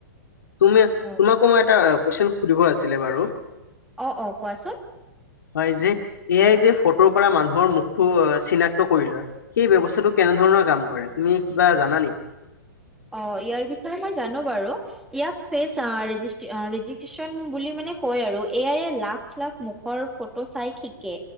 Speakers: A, on the left; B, in the centre.
A: তুমি
B: অ
A: তোমাকো মই এটা কোৱেশ্যন সুধিব আছিলে বাৰু?
B: অ' অ' কোৱাচোন
A: হয় যে এ' আই যে ফটোৰ পৰা মানুহৰ মুখটো চিনাক্ত কৰি লয় সেই ব্যৱস্থাটো কেনে ধৰণৰ কাম কৰে তুমি কিবা জানা নি?
B: অ' ইয়াৰ বিষয়ে মই জানো বাৰু। ইয়াক ফেচ আ ৰেজিষ্টে ৰেজিষ্টিচন বুলি মানে কয় আৰু, এ' আইয়ে লাখ লাখ মুখৰ ফট চাই শিকে,